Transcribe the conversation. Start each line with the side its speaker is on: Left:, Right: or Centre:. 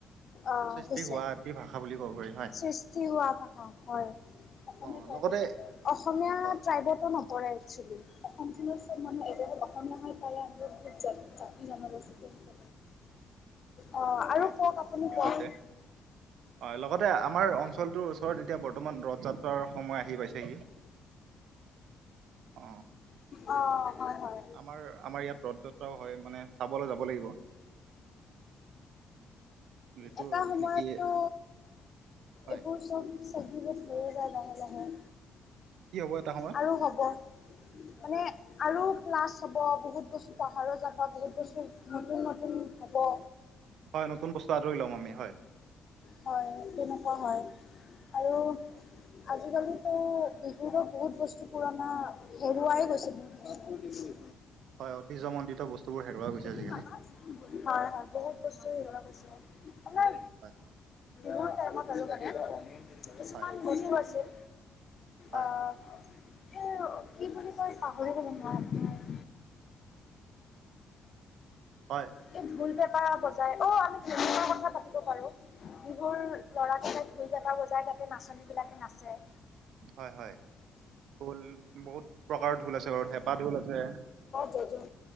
Left: অ',
Right: সৃষ্টি
Left: হৈছে।
Right: হোৱা এটি ভাষা বুলি ক'ব পাৰি হয়
Left: সৃষ্টি হোৱা ভাষা হয়। অসমীয়া
Right: অ',
Left: ট্ৰাইবত
Right: লগতে
Left: নপৰে। অসমীয়া
Right: হয়
Left: ট্ৰাইবতো নপৰে একসুৱেলি। মানুহ এইটো হ'ল অসমীয়া তালে আ বহুত জাতি জনগোষ্ঠী আছে। অ আৰু
Right: হয়
Left: কওক আপুনি
Right: ঠিকে
Left: কওক
Right: কৈছে। হয় লগতে আমাৰ অ অঞ্চলটোৰ ওচৰত এতিয়া বৰ্তমান ৰথ যাত্ৰাৰ সময় আহি পাইছেি। অ
Left: অ' হয় হয়।
Right: আমাৰ আমাৰ ইয়াত ৰথ যাত্ৰাও হয় মানে চাবলৈ যাব লাগিবৱ যিটো
Left: এটা সময়ততো
Right: নেকি হয়
Left: এইবোৰ চব চেকৰিফাইচ হৈয়ে যায় লাহে লাহে।
Right: কি হ'ব এটা সময়ত
Left: আৰু হ'ব মানে আৰু প্লাছ হ'ব বহুত বস্তু পাহাৰা যাব। বহুত বস্তু নতুন নতুন হ'ব।
Right: হয় নতুন বস্তু আদৰি লম আমি হয়।
Left: হয় তেনেকুৱা হয় আৰু
Right: অ,
Left: আজিকালিত ত' বিহুৰ লগ বহুত বস্তু পুৰণা হেৰুৱাই গৈছে বহুত বস্তু।
Right: হয়, ঐতিহ্যমণ্ডিত বস্তুবোৰ হেৰুৱা গৈছে আজিকালি।
Left: বহুত হয় হয় বহুত বস্তু হেৰুৱা গৈছে। আমাৰ
Right: হয়
Left: মান টাইমত আছে চাগে কিছুমান
Right: হয়
Left: বস্তু আছিল।
Right: হয়
Left: অ' এ কি বুলি কয় পাহৰি গলে মই। আপোনাৰ
Right: হয়।
Left: এই ঢোল পেপা বজাই অ', আমি <inaudible> কথা পাতিব পাৰো। বিহুৰ ল'ৰাজনে ধুলকেইটা বজাই। তাতে নাচনী বিলাকে নাচেঁ।
Right: হয় হয়। ঢোল বহুত প্ৰকাৰৰ ঢোল আছে, বাৰু থেপা ঢোল আছে।
Left: যজন